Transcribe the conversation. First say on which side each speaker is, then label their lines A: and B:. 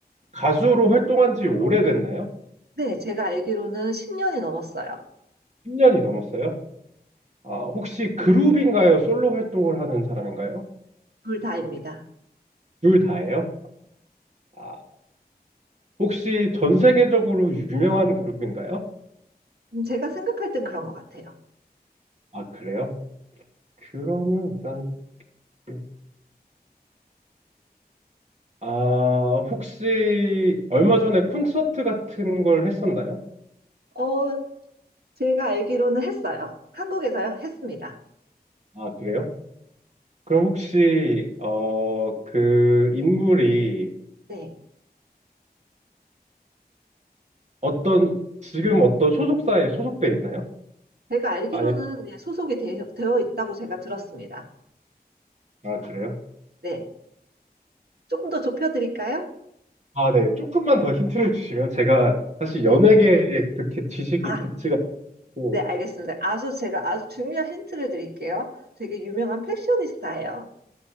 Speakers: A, on the right; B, on the right.
A: 가수로 활동한 지 오래됐나요?
B: 네. 제가 알기로는 10년이 넘었어요.
A: 10년이 넘었어요? 아, 혹시 그룹인가요? 솔로 활동을 하는 사람인가요?
B: 둘 다입니다.
A: 둘 다예요? 아, 혹시 전 세계적으로 유명한 그룹인가요?
B: 음, 제가 생각할 땐 그런 것 같아요.
A: 아, 그래요? 그러면 일단 그- 아, 혹시 얼마 전에 콘서트 같은 걸 했었나요?
B: 어, 제가 알기로는 했어요. 한국에서요, 했습니다.
A: 아, 그래요? 그럼 혹시 어, 그 인물이
B: 네.
A: 어떤 지금 어떤 소속사에 소속돼 있나요?
B: 제가 알기로는
A: 아니,
B: 네, 소속이 되, 어 있다고 제가 들었습니다.
A: 아, 그래요?
B: 네. 조금 더 좁혀드릴까요?
A: 아, 네. 조금만 더 힌트를 주시면 제가 사실
B: 네.
A: 연예계에 그렇게 지식이
B: 아,
A: 깊지가 않고
B: 네, 알겠습니다. 아주 제가 아주 중요한 힌트를 드릴게요. 되게 유명한 패셔니스타예요.